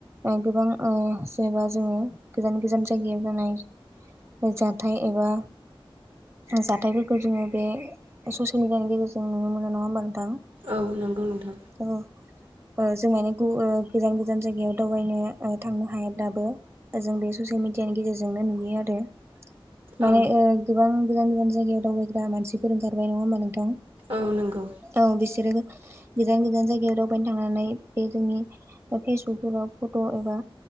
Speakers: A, on the right; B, on the right.
A: गोबां ओ जेनेबा जोङो गोजान गोजान जायगायाव जानाय जाथाय एबा जाथायफोरखौ जोङो बे ससियेल मिडियानि गेजेरजों नुनो मोनो नङा होमबा नोंथां?
B: औ नंगौ नोंथां।
A: औ। ओ जों मानि गु ओ गोजान गोजान जायगायाव दावबायनो ओ थांनो हाया दाबो। जों बे ससियेल मिडियानि गेजेरजोंनो नुयो आरो। माने
B: औ
A: गोबां गोजान गोजान जायगायाव दावबायग्रा मानसिफोर ओंखारबाय नङा होमा नोंथां?
B: औ नंगौ।
A: औ बिसोरो गोजान गोजान जायगायाव दावबायनो थांनानै बे जोंनि फेसबुक फोराव फट' एबा